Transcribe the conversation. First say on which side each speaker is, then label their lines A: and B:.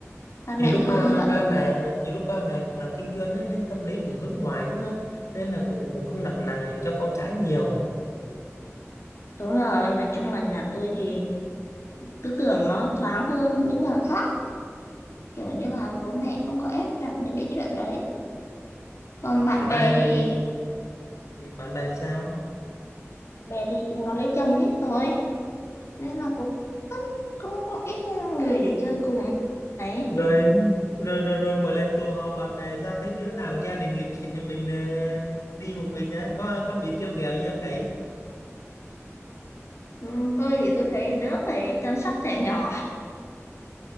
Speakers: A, on the left; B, on the left.
A: ba mẹ
B: nhiều lúc
A: tôi
B: ba
A: cũng bận
B: ba mẹ nhiều lúc ba mẹ cũng làm kinh doanh á, nên tâm lý cũng hướng ngoài đúng không nên là cũng cũng không đặt nặng cho con cái nhiều
A: đúng rồi nói chung là nhà tôi thì tư tưởng nó thoáng hơn những nhà khác kiểu như là bố mẹ không có ép đặt những cái chuyện đấy còn bạn
B: còn
A: bè
B: ai
A: thì
B: ừ, bạn bè thì sao
A: bè thì chúng nó lấy chồng hết rồi nên là cũng cũng cũng ít người để chơi cùng ấy
B: rồi rồi rồi rồi mỗi lần tụ họp bạn bè sao thấy đứa nào cũng gia đình lịnh thịnh như mình ờ, đi một mình nhá có có bị trêu ghẹo gì không ấy
A: Ừm, tôi thì tôi thấy đỡ phải chăm sóc trẻ nhỏ